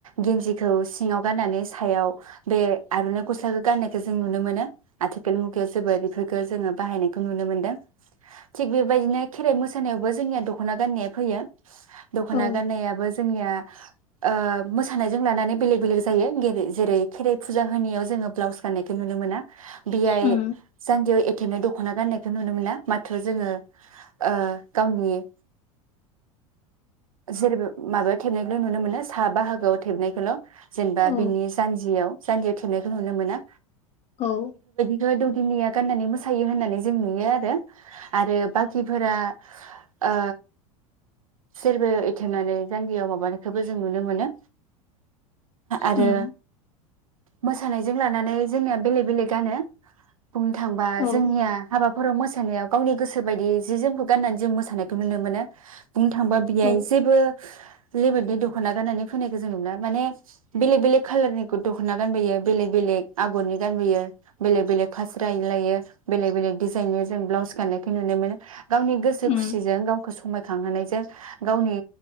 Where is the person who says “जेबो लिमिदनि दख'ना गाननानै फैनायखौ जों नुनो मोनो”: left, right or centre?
Right